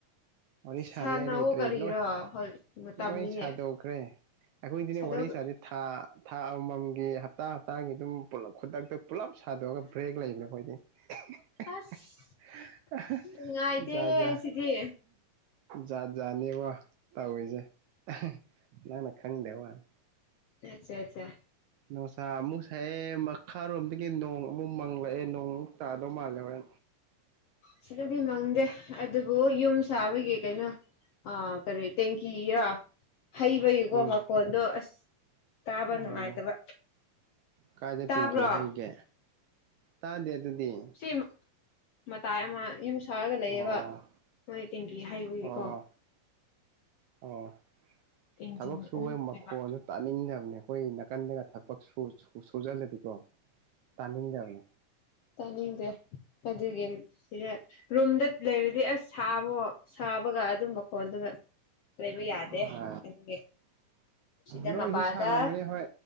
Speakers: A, on the right (about 75°); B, on the left (about 70°).
A: ꯋꯥꯔꯤ ꯁꯥꯅꯤꯡꯉꯥꯏ
B: ꯁꯥꯟꯅꯧꯋꯣ
A: ꯂꯩꯇ꯭ꯔꯦ
B: ꯀꯔꯤꯔꯣ
A: ꯂꯣꯏ
B: ꯍꯣꯏ ꯃꯇꯝꯅꯤꯅꯦ
A: ꯂꯣꯏ ꯁꯥꯗꯣꯛꯈ꯭ꯔꯦ꯫ ꯑꯩꯈꯣꯏꯗꯤꯅꯦ
B: ꯁꯥꯗꯣꯛꯈ꯭ꯔꯣ
A: ꯋꯥꯔꯤ ꯆꯁꯤ ꯊꯥ ꯊꯥ ꯑꯃꯃꯝꯒꯤ ꯍꯞꯇꯥ ꯍꯞꯇꯥꯒꯤ ꯑꯗꯨꯝ ꯄꯨꯂꯞ ꯈꯨꯗꯛꯇ ꯄꯨꯜꯂꯞ ꯁꯥꯗꯣꯛꯑꯒ ꯕ꯭ꯔꯦꯛ ꯂꯩꯕꯅꯦ ꯑꯩꯈꯣꯏꯗꯤ ꯍꯤꯍꯤꯍꯤ
B: ꯑꯁ ꯅꯨꯡꯉꯥꯏꯇꯦꯍꯦ
A: ꯖꯥꯖꯥ
B: ꯁꯤꯗꯤ
A: ꯖꯥꯠ ꯖꯥꯠꯅꯦꯕ ꯇꯧꯔꯤꯁꯦ ꯑꯍ ꯅꯪꯅ ꯈꯪꯗꯦ ꯋꯥꯅꯤ
B: ꯑ ꯆꯥ ꯆꯥ
A: ꯅꯨꯡꯁꯥ ꯑꯃꯨꯛ ꯁꯥꯏꯑꯦ ꯃꯈꯥꯔꯣꯝꯗꯒꯤ ꯅꯣꯡ ꯑꯃꯨꯛ ꯃꯪꯂꯛꯑꯦ ꯅꯣꯡꯃꯨꯛ ꯇꯥꯗꯧ ꯃꯥꯜꯂꯦ ꯍꯧꯔꯦꯟ
B: ꯁꯤꯗꯗꯤ ꯃꯪꯗꯦ ꯑꯗꯨꯕꯨ ꯌꯨꯝ ꯁꯥꯕꯒꯤ ꯀꯩꯅꯣ ꯑꯥ ꯀꯔꯤ ꯇꯦꯡꯀꯤꯔꯥ ꯍꯩꯕꯒꯤꯀꯣ
A: ꯎꯝ
B: ꯃꯈꯣꯟꯗꯣ ꯑꯁ ꯇꯥꯕ
A: ꯑꯣ
B: ꯅꯨꯡꯉꯥꯏꯇꯕ
A: ꯀꯥꯏꯗ
B: ꯇꯥꯕ꯭ꯔꯣ
A: ꯇꯤꯡꯒꯤ ꯍꯩꯒꯦ ꯇꯥꯗꯦ ꯑꯗꯨꯗꯤ
B: ꯁꯤ ꯃꯇꯥꯏ ꯑꯃ ꯌꯨꯝ ꯁꯥꯔꯒ ꯂꯩꯌꯦꯕ
A: ꯑꯣ
B: ꯃꯣꯏ ꯇꯦꯡꯒꯤ ꯍꯩꯕꯒꯤꯀꯣ꯫
A: ꯑꯣ ꯑꯣ
B: ꯏꯟꯖꯤꯟ
A: ꯊꯕꯛ ꯁꯨꯋꯦ
B: ꯎꯪꯗꯦꯕ
A: ꯃꯈꯣꯟꯁꯨ ꯇꯥꯅꯤꯡꯗꯕꯅꯦ ꯑꯩꯈꯣꯏ ꯅꯥꯀꯟꯗꯒ ꯊꯕꯛ ꯁꯨꯁꯨꯖꯜꯂꯗꯤꯀꯣ ꯇꯥꯅꯤꯡꯗꯕꯅꯦ
B: ꯆꯥꯅꯤꯡꯗꯦ ꯑꯗꯨꯒꯤ ꯁꯤꯗ ꯔꯨꯝꯗ ꯂꯩꯔꯗꯤ ꯑꯁ ꯁꯥꯕꯣ ꯁꯥ ꯁꯥꯕꯒ ꯑꯗꯨ ꯃꯈꯣꯟꯗꯨ ꯂꯩꯕ ꯌꯥꯗꯦ
A: ꯑ
B: ꯑꯗꯨꯒꯤ ꯁꯤꯗ
A: ꯅꯣꯏꯁꯨ
B: ꯃꯄꯥꯟꯗ
A: ꯁꯥꯔꯝꯃꯅꯤ ꯍꯣꯏ